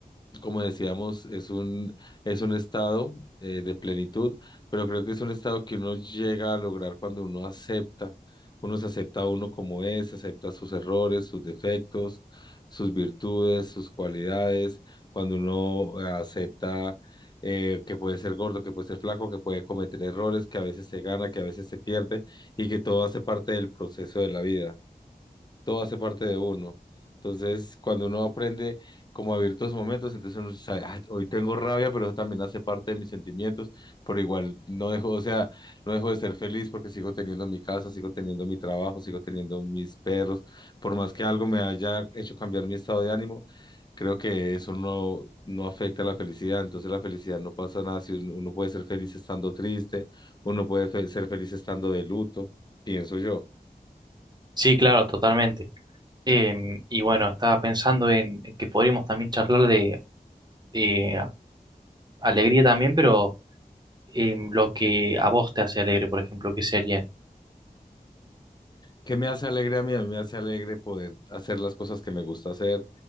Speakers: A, on the left (about 30°); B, on the right (about 30°).
A: como decíamos, es un, es un estado eh, de plenitud, pero creo que es un estado que uno llega a lograr cuando uno acepta, uno se acepta a uno como es, acepta sus errores, sus defectos, sus virtudes, sus cualidades, cuando uno acepta eh, que puede ser gordo, que puede ser flaco, que puede cometer errores, que a veces se gana, que a veces se pierde y que todo hace parte del proceso de la vida todo hace parte de uno. Entonces, cuando uno aprende como a vivir todos esos momentos, entonces uno sabe, "Ah, hoy tengo rabia, pero eso también hace parte de mis sentimientos, pero igual no dejo, o sea, no dejo de ser feliz porque sigo teniendo mi casa, sigo teniendo mi trabajo, sigo teniendo mis perros, por más que algo me haya hecho cambiar mi estado de ánimo, creo que eso no, no afecta a la felicidad, entonces la felicidad no pasa nada, si uno, uno puede ser feliz estando triste, uno puede fe- ser feliz estando de luto, pienso yo.
B: sí, claro, totalmente. Em, y bueno, estaba pensando en en que podríamos también charlar de eh, alegría también, pero em, lo que a vos te hace alegre, por ejemplo, ¿qué sería?
A: ¿Qué me hace alegre a mí? A mí me hace alegre poder hacer las cosas que me gusta hacer,